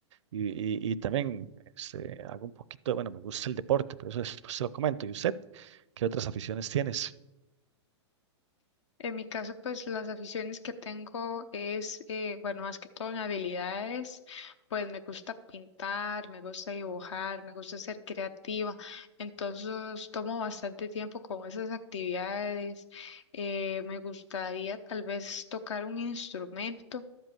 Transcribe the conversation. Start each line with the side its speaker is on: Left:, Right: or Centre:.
Right: Y, y, y también este, hago un poquito, de- bueno, me gusta el deporte, pero eso después se lo comento. ¿Y usted qué otras aficiones tienes?
Left: En mi caso, pues las aficiones que tengo es, eh, bueno, más que todo en habilidades, pues me gusta pintar, me gusta dibujar, me gusta ser creativa, entonces tomo bastante tiempo con esas actividades. Eh, me gustaría tal vez tocar un instrumento.